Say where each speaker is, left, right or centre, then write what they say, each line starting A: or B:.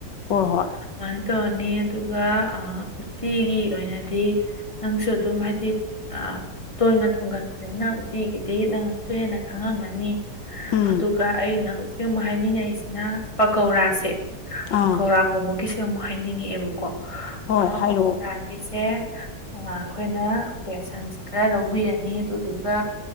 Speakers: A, on the left; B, on the left.
A: ꯍꯣꯏ ꯍꯣꯏ
B: ꯑꯗꯨꯨꯃꯥꯏꯅ ꯇꯧꯔꯅꯤ ꯑꯗꯨꯒ ꯑ ꯎꯇꯤꯒꯤ ꯑꯣꯏꯅꯗꯤ ꯅꯪꯁꯨ ꯑꯗꯨꯝ ꯍꯥꯏꯗꯤ ꯑ ꯇꯣꯏꯅ ꯊꯣꯡꯒꯟꯕꯅꯤꯅ ꯎꯇꯤꯒꯤꯗꯤ ꯅꯪꯅꯁꯨ ꯍꯦꯟꯅ ꯈꯪꯉꯝꯃꯅꯤ
A: ꯎꯝ
B: ꯑꯗꯨꯒ ꯑꯩꯅ ꯍꯧꯖꯤꯛ ꯑꯃꯨꯛ ꯍꯥꯏꯅꯤꯡꯉꯛꯏꯁꯤꯅ ꯄꯀꯧꯔꯥꯁꯦ
A: ꯑꯥ
B: ꯄꯀꯧꯔꯥ ꯍꯧꯕꯒꯤꯁꯦ ꯑꯃꯨꯛ ꯍꯥꯏꯅꯤꯡꯉꯛꯑꯦꯕꯀꯣ
A: ꯍꯣꯏ ꯍꯥꯏꯔꯛꯑꯣ
B: ꯄꯀꯧꯔꯥ ꯒꯤꯁꯦ ꯑꯩꯈꯣꯏꯅ ꯕꯦꯁꯟꯁꯦ ꯈꯔ ꯂꯧꯕꯤꯔꯅꯤ ꯑꯗꯨꯗꯨꯒ